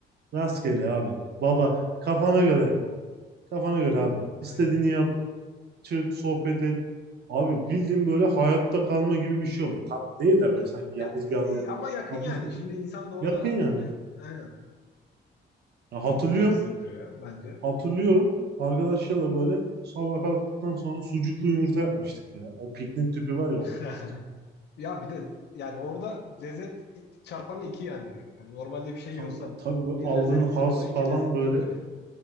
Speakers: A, on the right; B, on the left.
A: Rastgele abi. Baba kafana göre. Kafana göre abi. İstediğini
B: Aynen.
A: yap. çık, sohbet et. Abi bildiğin böyle hayatta kalma gibi bir şey oluyor. Tam değil de böyle
B: Evet.
A: sanki yalnız
B: Ya,
A: bir
B: e, e,
A: adaya
B: ama yakın
A: atmış
B: yani.
A: gibi.
B: Şimdi insan doğada
A: Yakın yani.
B: olmaya aynen.
A: Ya
B: Çok
A: hatırlıyorum.
B: güzel hissettiriyor ya bence.
A: Hatırlıyorum. Arkadaşlarla böyle sabah kalktıktan sonra sucuklu yumurta yapmıştık ya. O piknik tüpü var ya
B: <laughs>
A: o piknik tüpü.
B: Ya bir de yani orada lezzet çarpanı iki yani direkt. Yani normalde bir şey
A: Tabii,
B: yiyorsan
A: tabii bu
B: bir
A: aldığın
B: lezzetlisi
A: haz
B: orada iki
A: falan
B: lezzetli
A: böyle.
B: oluyor yani.